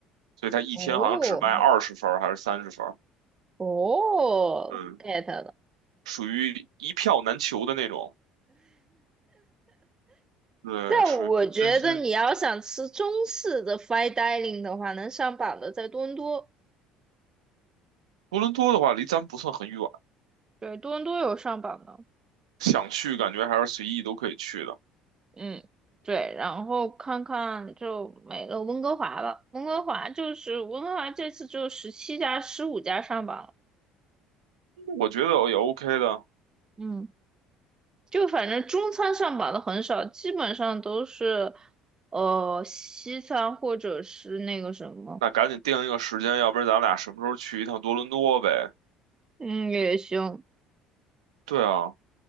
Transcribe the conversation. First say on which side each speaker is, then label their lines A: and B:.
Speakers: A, on the right; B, on the right.
A: 所以他一天好像只卖二十份儿还是三十份儿
B: 哦哦，get
A: 嗯，
B: 了。
A: 属于一票难求的那种。对，
B: 但我觉得你要想吃中式的
A: 属于这些。
B: fine dining 的话，能上榜的在多伦多。
A: 多伦多的话，离咱不算很远，
B: 对，多伦多有上榜的，
A: 想去感觉还是随意都可以去的，
B: 嗯，对，然后看看就没了温哥华了，温哥华就是温哥华这次只有十七家、十五家上榜了，
A: 我觉得也 OK 的。
B: 嗯。就反正中餐上榜的很少，基本上都是呃西餐或者是那个什么，
A: 那赶紧定一个时间，要不然咱俩什么时候去一趟多伦多呗？
B: 嗯也行，
A: 对啊，